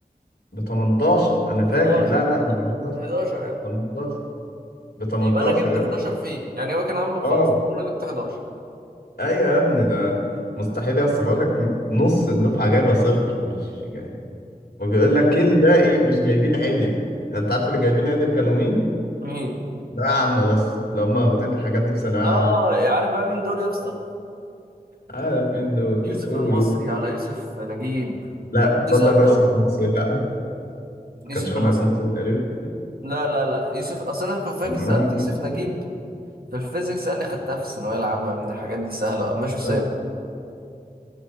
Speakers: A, on the left; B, on the right.
A: ب 18 انا فاكر
B: 11
A: لا لا
B: 11
A: مش 11
B: 11 يا ابني
A: 18 ب 18
B: يبقى انا جبت
A: يا
B: 11
A: ابني
B: فيه يعني هو كان عامله ب 15
A: اه
B: وانا جبت 11
A: ايوه يا ابني ده مستحيل يا اسطى بقول لك نص الدفعه جايبه صفر مش جاي وبيقول لك إيه الباقي مش جايبين عدل يعني انت عارف اللي جايبين عدل كانوا مين؟
B: مين
A: ثانوية عامة بس لو هم واخدين الحاجات دي في ثانوية
B: اه
A: عامة
B: عارف بقى مين دول يا اسطى
A: عارف مين دول
B: يوسف
A: قول
B: المصري
A: قول
B: على يوسف نجيب
A: لا
B: اللي
A: تصدق
B: سألته
A: بس في مصر لا ما
B: يوسف
A: كانش منهج
B: المصري
A: مصر تقريبا
B: لا لا لا يوسف اصل انا كنت فاكر
A: كان
B: سألت
A: منهج
B: يوسف
A: مصر
B: نجيب في الفيزيكس قال لي خدتها في الثانوية العامة من الحاجات دي سهلة ماشي سايب
A: طيب